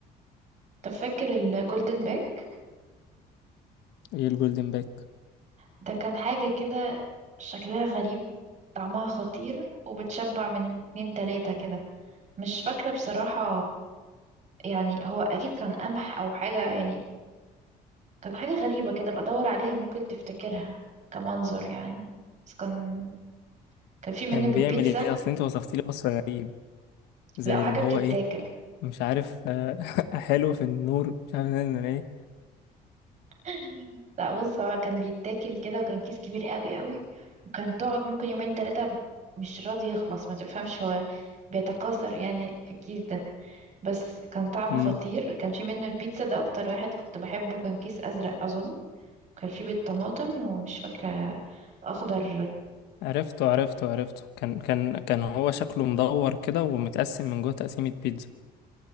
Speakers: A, on the right; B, on the left.
A: طب فاكر الجولدن باك
B: ايه الجولدن باك
A: ده كان حاجة كده شكلها غريب طعمها خطير وبتشبع من اتنين تلاتة كده مش فاكرة بصراحة يعني هو أكيد كان قمح أو حاجة يعني كان حاجة غريبة كده بدور عليها ممكن تفتكرها كمنظر يعني بس كان كان في منه
B: كان
A: بالبيتزا
B: بيعمل ايه اصل انت وصفتي لي وصف غريب زي
A: لا حاجة
B: اللي هو
A: بتتاكل
B: ايه مش عارف آه، <laughs> حلو في النور مش عارف ايه
A: <laughs> لا بص هو كان بيتاكل كده وكان كيس كبير قوي قوي وكان تقعد ممكن يومين تلاتة مش راضي يخلص ما تفهمش هو بيتكاثر يعني في الكيس ده بس كان طعمه
B: امم
A: خطير كان في منه البيتزا ده أكتر واحد كنت بحبه كان كيس أزرق أظن كان في بيض طماطم ومش فاكرة أخضر
B: عرفته عرفته عرفته كان كان كان هو شكله مدور كده ومتقسم من جوه تقسيمة بيتزا